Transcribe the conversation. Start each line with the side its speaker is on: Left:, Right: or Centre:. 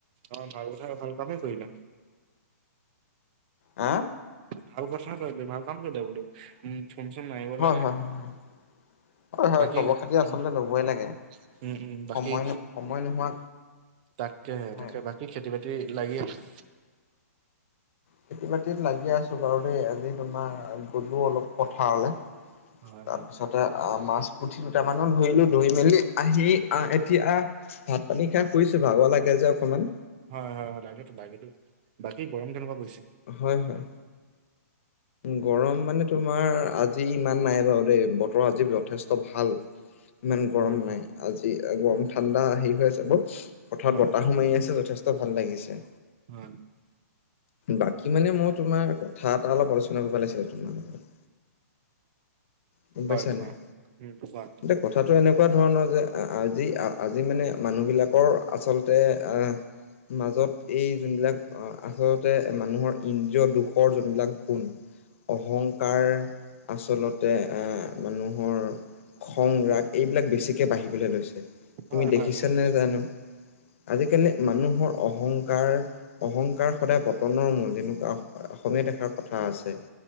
Right: অ' ভাল কথা ভাল কামে কৰিলা।
Left: হা?
Right: ভাল কথা কৰিলে ভাল কাম কৰিলে বোলো, উম ফোন চোন মাৰিব
Left: হয়
Right: লাগে।
Left: হয় হয় হয় হয়
Right: বাকী
Left: খবৰ খাতি আচলতে
Right: উম
Left: ল'বই লাগে
Right: উম, বাকী
Left: সময় সময় নোহোৱা
Right: তাকেহে
Left: হয়।
Right: তাকে, বাকী খেতি বাতি লাগি আছা?
Left: খেতি বাতিত লাগি আছো বাৰু দেই আজি তোমাৰ গ'লো অলপ পথাৰলে।
Right: হয়
Left: তাৰপিছতে
Right: হয়
Left: আ মাছ পুঠি দুটামানো ধৰিলো ধৰি মেলি আহি আহ এতিয়া ভাত-পানী খাই শুইছো ভাগৰ লাগে যে অকণমান।
Right: হয় হয় হয় লাগেটো লাগেটো, বাকী গৰম কেনেকুৱা পৰিছে?
Left: হয় হয়। গৰম মানে তোমাৰ আজি ইমান নাই বাৰু দেই, বতৰ আজি যথেষ্ট ভাল। <inaudible> ইমান গৰম
Right: উম
Left: নাই,
Right: উম
Left: আজি গৰম
Right: উম,
Left: ঠাণ্ডা হেৰি হৈ আছে বৰ, পথাৰত
Right: হয়
Left: বতাহো মাৰি আছে যথে ত' ভাল লাগিছে।
Right: উম
Left: বাকী মানে মই তোমাৰ কথা এটা অলপ আলোচনা কৰিব লাগিছিলে তোমাৰ লগত। গম
Right: হয়
Left: পাইছা
Right: কোৱা
Left: নাই?
Right: উম কোৱা
Left: এতি কথাটো এনেকুৱা ধৰণৰ যে আজি আজি মানে মানুহবিলাকৰ আচলতে আহ মাজত এই যোনবিলাক আচত মানুহৰ ইন্দ্ৰীয় দুখৰ যোনবিলাক গুণ। অহংকাৰ আচলতে এ মানুহৰ খং, ৰাগ এইবিলাক বেছিকে বাঢ়িবলে লৈছে,
Right: হয়
Left: তুমি
Right: হয়
Left: দেখিছা
Right: বাহিৰ ওলাইছো
Left: নে জানো? আজিকালি মানুহৰ অহংকাৰ অহংকাৰ সদায় পত পতনৰ মূল, এনেকুৱা অসমীয়াত এষাৰ কথা আছে।